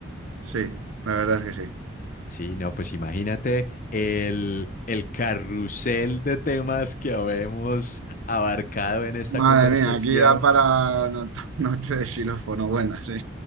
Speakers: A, on the right; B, on the left.
A: Sí, la verdad es que sí.
B: Sí, no, pues imagínate el, el carrusel de temas que habemos abarcado en esta
A: Madre
B: conversación.
A: mía, aquí da para no- <laughs> noche de xilófono, buena, sí.